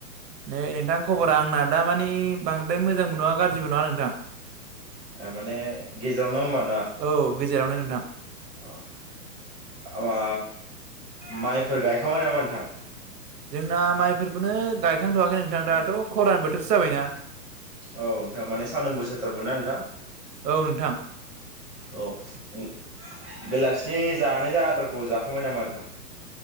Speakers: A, on the right; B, in the centre.
A: नै नोंथां खबरा आंना दा मानि बांद्राय मोजांबो नङा गाज्रिबो नङा नोंथां।
B: आ माने गेजेरावनो होनबा?
A: औ गेजेरावनो नोंथां।
B: औ मा माइफोर गायखांबाय नामा नोंथां?
A: जोंना माइफोरखौनो गायखांथ'आाखै नोंथां दाथ' खरानि बोथोरसो जाबायना।
B: औ नोंथां माने सानदुं गोसाथारगोन ना नोंथां।
A: औ नोंथां
B: अ ओ बेला सि जानाय जा आदारखौ जाखांबाय नामा नोंथां?